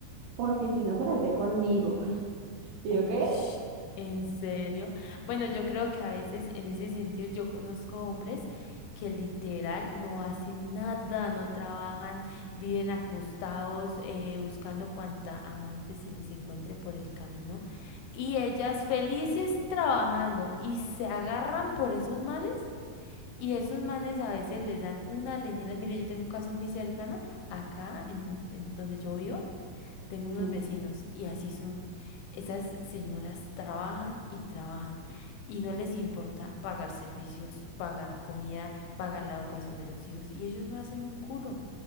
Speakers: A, on the right; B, on the left.
A: porque si no se las ve conmigo. ¿Y
B: Uy,
A: yo qué?
B: ¿en serio? Bueno, yo creo que a veces en ese sentido yo conozco hombres que literal no hacen nada, no trabajan, viven acostados eh, buscando cuanta amante se les encuentre por el camino y ellas felices trabajando y se agarran por esos manes y esos manes a veces les dan una leñera. Mire, yo tengo un caso muy cercano acá en en donde yo vivo. Tengo unos
A: <laughs>
B: vecinos y así son. Esas señoras trabajan y trabajan y no les importa pagar servicios, pagar comida, pagar la educación de los hijos y ellos no hacen un culo.